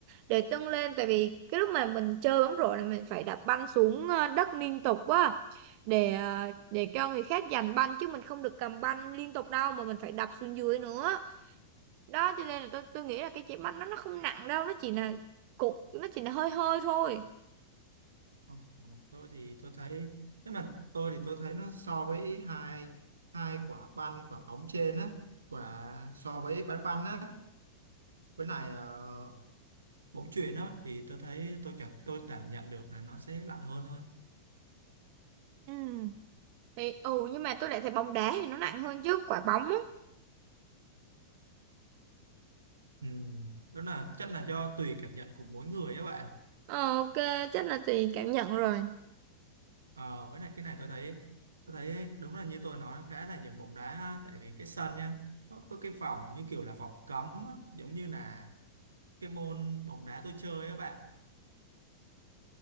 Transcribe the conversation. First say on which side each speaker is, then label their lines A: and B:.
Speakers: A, on the right; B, on the right.
A: để tưng lên tại vì cái lúc mà mình chơi bóng rổ là mình phải đập banh xuống ờ, đất liên tục á để ờ, để cho người khác giành banh chứ mình không được cầm banh liên tục đâu mà mình phải đập xuống dưới nữa đó cho nên là tôi tôi nghĩ là cái trái banh nó nó không nặng đâu nó chỉ là cục nó chỉ là hơi hơi thôi
B: Ờ, tôi thì tôi thấy thế mà tôi thì tôi thấy nó so với hai hai quả banh quả bóng trên á quả so với banh banh á với lại ờ, bóng chuyền á thì tôi thấy tôi cảm tôi cảm nhận được là nó sẽ lạnh hơn thôi
A: Ừ. Thì, ừ nhưng mà tôi lại thấy bóng đá thì nó nặng hơn chứ quả bóng á.
B: ừ. đó là chắc là do tùy cảm nhận của mỗi người á bạn
A: Ờ, ok chắc là tùy cảm nhận rồi.
B: ờ, với lại cái này tôi thấy tôi thấy đúng là như tôi nói khá là giống bóng đá ha tại vì cái sân nha nó có cái phòng như kiểu là phòng cấm á, giống như là cái môn bóng đá tôi chơi á bạn